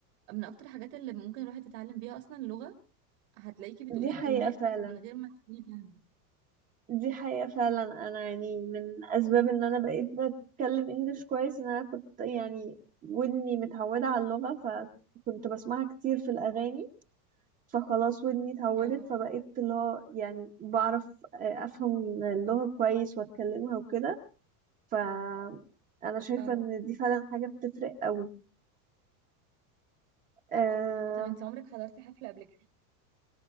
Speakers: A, on the right; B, on the right.
A: من أكتر الحاجات اللي ممكن الواحد يتعلم بيها أصلا اللغة هتلاقيكي بتقولي
B: دي حقيقة
A: الكلمات
B: فعلا
A: من غير ما تكوني فاهمة
B: دي حقيقة فعلا انا يعني من اسباب ان انا بقيت بتكلم انجليش كويس ان انا كنت يعني ودني متعودة على اللغة فكنت بسمعها كتير في الاغاني فخلاص ودني اتعودت
A: اه
B: فبقيت اللي هو يعني بعرف آه، افهم اللغة كويس واتكلمها وكده ف انا شايفة
A: اه
B: ان دي فعلا حاجة بتفرق قوي أه
A: طب انت عمرك حضرتي حفلة قبل كده؟